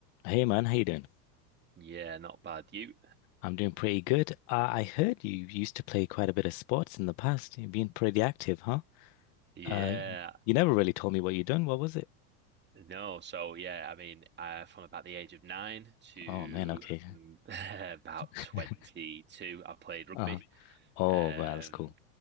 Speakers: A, on the left; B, on the right.
A: Hey man, how you doing?
B: Yeah, not bad. You,
A: I'm doing pretty good. Uh, I heard you used to play quite a bit of sports in the past. You've been pretty active, huh?
B: yeah,
A: Uh, you never really told me what you done. What was it?
B: no. So yeah, I mean, uh, from about the age of nine to
A: Oh man, okay.
B: mm, <laughs> about
A: <laughs>
B: 22, I played rugby.
A: Uh-huh. Oh
B: Um,
A: wow, that's cool.